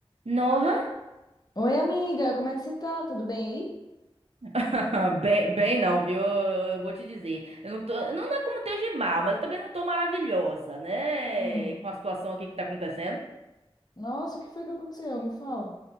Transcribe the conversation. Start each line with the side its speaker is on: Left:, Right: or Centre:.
Right: Nossa,
Left: Oi, amiga, como é que você tá? Tudo bem aí?
Right: <laughs> bem, bem não, viu? Eu, eu vou te dizer. Eu não tô, não é como esteja mal, mas eu também não tô maravilhosa, né?
Left: Hum.
Right: Com a situação aqui que tá acontecendo.
Left: Nossa, o que foi que aconteceu? Me fala.